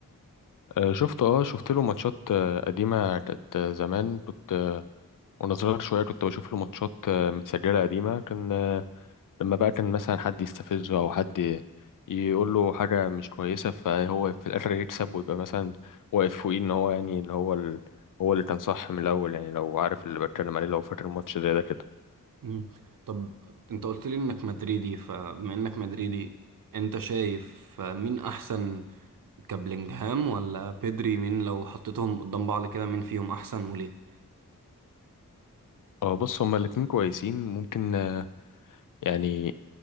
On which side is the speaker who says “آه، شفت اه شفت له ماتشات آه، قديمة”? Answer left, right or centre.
Left